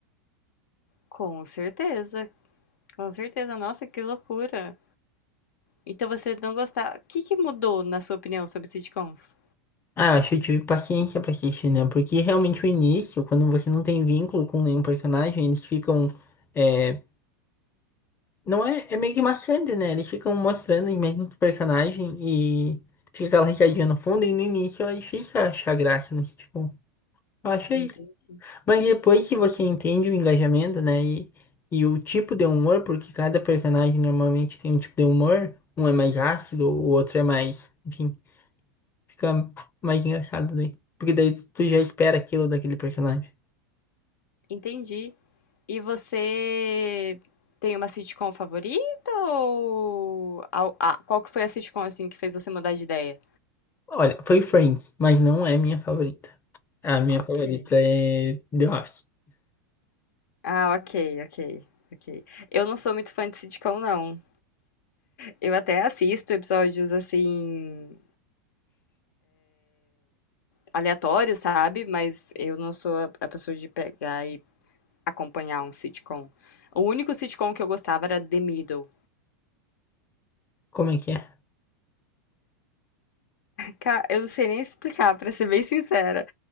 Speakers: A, on the left (about 70°); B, on the left (about 25°).
A: Com certeza. Com certeza. Nossa, que loucura. Então você não gostava. O que que mudou, na sua opinião, sobre sitcoms?
B: Ah, eu acho que eu tive paciência pra assistir, né? Porque realmente o início, quando você não tem vínculo com nenhum personagem, eles ficam. é, Não é, é meio que maçante, né? Eles ficam mostrando os mesmos personagens e fica aquela risadinha no fundo, e no início é difícil achar graça no sitcom. Eu acho isso.
A: Entendi.
B: Mas depois que você entende o engajamento, né? E, e o tipo de humor, porque cada personagem normalmente tem um tipo de humor, um é mais ácido, o outro é mais, enfim, fica mais engraçado daí. Porque daí tu já espera aquilo daquele personagem.
A: Entendi. E você tem uma sitcom favorita ou. a- a- Qual que foi a sitcom assim que fez você mudar de ideia?
B: Olha, foi Friends, mas não é minha favorita. A minha
A: Ok.
B: favorita é The Office.
A: Ah, ok, ok, ok. Eu não sou muito fã de sitcom, não. Eu até assisto episódios assim, aleatórios, sabe? Mas eu não sou a, a pessoa de pegar e acompanhar um sitcom. O único sitcom que eu gostava era The Middle.
B: Como é que é?
A: Ca- Eu não sei nem explicar, <laughs> pra ser bem sincera.